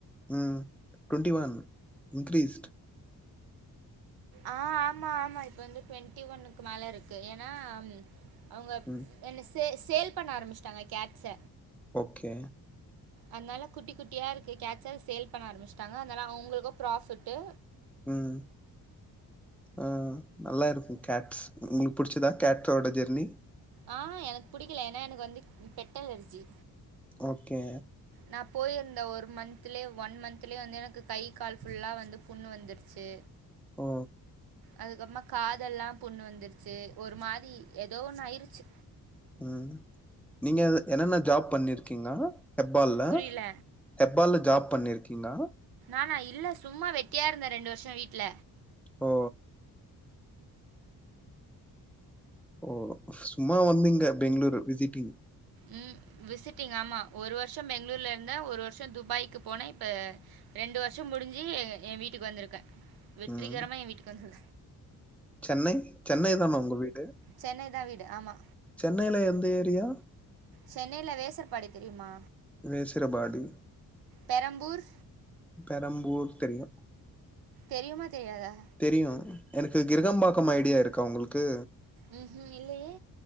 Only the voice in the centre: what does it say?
ம் டோண்டிஒன் இன்கிரீஸ்டு
ம்
ஓகே
ம் ஆ நல்லா இரு கேட்ஸ் உங்களுக்கு புடிச்சதா கேட்ஸோட ஜெர்னி
ஓகே
ஓ
உம் நீங்க என்னன்ன ஜாப் பண்ணிருக் ங்கள ஹெர்பால
ஹெபா பால்ல ஜாப் பண்ணிருக்கீங்ளா
ஓ ஓ சும்மா வந்தீங்க பெங்களூரு விசிடிங்
ம்
சென்னை சென்னை தானா உங்க வீடு
சென்னைல எந்த ஏரியா
வேசரபாடி
பெரம்பூர் தெரில்ல
தெரியு எனகு கிரகம்பாக்கம் ஐடியா இருக்கு அவுங்களுகு க்கு